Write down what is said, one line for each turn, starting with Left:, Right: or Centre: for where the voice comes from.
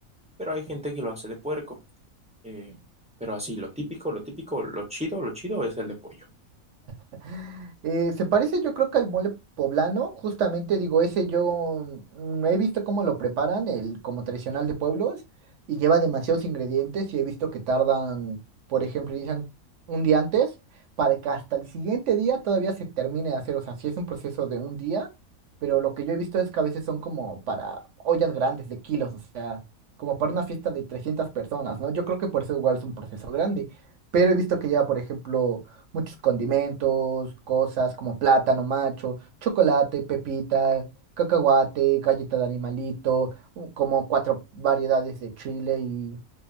Centre: pero hay gente que lo hace de puerco. Eh, pero así, lo típico, lo típico, lo chido, lo chido es el de pollo.
Right: <laughs> Eh, se parece yo creo que al mole poblano, justamente digo, ese yo mm, he visto cómo lo preparan, el como tradicional de pueblos, y lleva demasiados ingredientes y he visto que tardan, por ejemplo, inician un día antes para que hasta el siguiente día todavía se termine de hacer, o sea, sí es un proceso de un día, pero lo que yo he visto es que a veces son como para ollas grandes de kilos, o sea, como para una fiesta de 300 personas, ¿no? Yo creo que por eso igual es un proceso grande, pero he visto que lleva, por ejemplo muchos condimentos, cosas como plátano macho, chocolate, pepita, cacahuate, galleta de animalito, u- como cuatro variedades de chile y